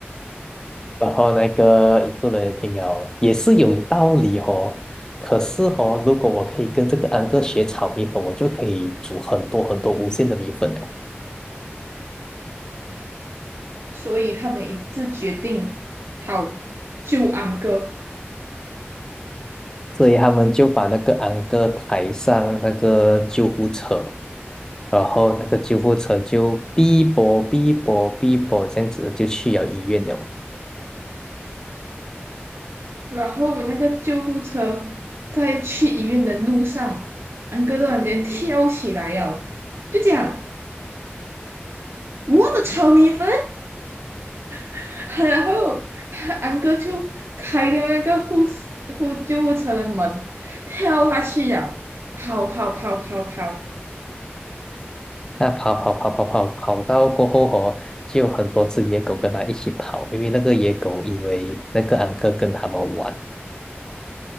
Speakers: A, on the left (about 15°); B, on the right (about 75°).
A: 然后那个医护人员听了也是有道理哦，可是哦，如果我可以跟这个安哥学炒米粉，我就可以煮很多很多无限的米粉了。
B: 所以他们一致决定好救安哥。
A: 所以他们就把那个安哥抬上那个救护车，然后那个救护车就哔啵哔啵哔啵这样子就去了医院了。
B: 然后我那个救护车在去医院的路上，安哥突然间跳起来呀，就讲我的炒米粉，<laughs> 然后他安哥就开掉那个护士护救护车的门，跳下去呀，跑跑跑跑跑。
A: 那跑跑跑跑跑跑到过后哦，就有很多只野狗跟他一起跑，因为那个野狗以为那个安哥跟他们玩，